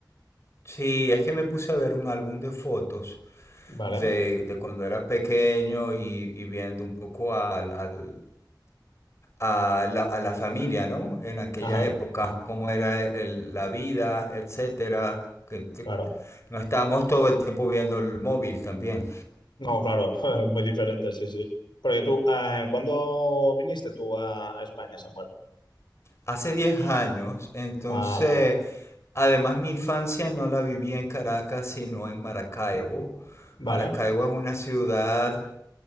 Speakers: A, on the left; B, on the left.
A: Sí, es que me puse a ver un álbum de fotos
B: Vale,
A: de, de cuando era pequeño y, y viendo un poco al, al- a, la, a la familia, ¿no? En aquella
B: ajá,
A: época, cómo era el- la vida, etcétera. que- que
B: claro.
A: no estábamos todo el tiempo viendo el móvil también.
B: No, claro, <laughs> muy diferente, sí, sí. Porque tú, ah, ¿cuándo viniste tú a, a España, Samuel?
A: hace 10 años, entonces
B: Ah, vale,
A: además mi infancia no la viví en Caracas, sino en Maracaibo.
B: vale,
A: Maracaibo es una ciudad